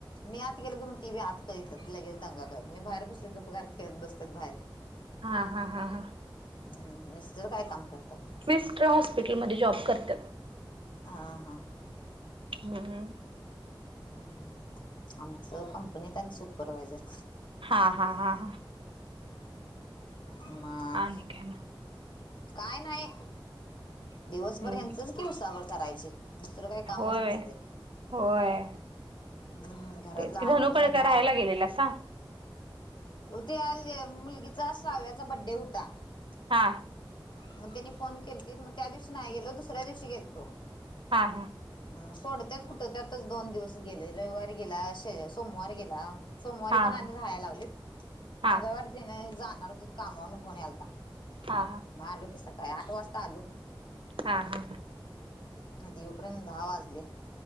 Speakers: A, on the left; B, on the right.
A: मी आत गेली मग ती बी आत करीत लगेच दंगा करत मी बाहेर बसले गप गार खेळत बसतात बाहेर
B: हा हा हा हा
A: हम्म मिस्टर काय काम करतात?
B: मिस्टर हॉस्पिटलमध्ये जॉब करतात.
A: हा हा
B: हम्म
A: ह् आमचं कंपनी त हायत सुपरवायझर.
B: हा हा हा हा
A: ह माघ
B: आणि काय मग
A: काय नाही दिवसभर
B: हम्म
A: यांचंच कि उसाभर करायची. दुसरं काही कामच
B: होय
A: नसते
B: होय.
A: हम्म घरातला
B: तेच कि धनुकड
A: आवरतय
B: का
A: दहा
B: राहायला गेलेलं सा?
A: ते आज मुलगीचा साहाव्याचा बड्डे होता
B: हा
A: मग त्यांनी फोन केलीतीत मग त्या दिवशी नाही गेलो दुसऱ्या दिवशी गेलतो.
B: हा हा
A: हम सोडत्यात कुठं त्यातच दोन दिवस गेले रविवार गेला स सोमवार गेला. सोमवारी
B: हा
A: पण
B: हा
A: आनी राहायला लावलित.
B: हा
A: मंगळवारी तेनी जाणार होते कामावरन फोन यालता.
B: हा
A: मग आलो कि सकाळी आठ वाजता आलो.
B: हा हा हा
A: इथ यूपर्यंत दहा वाजले.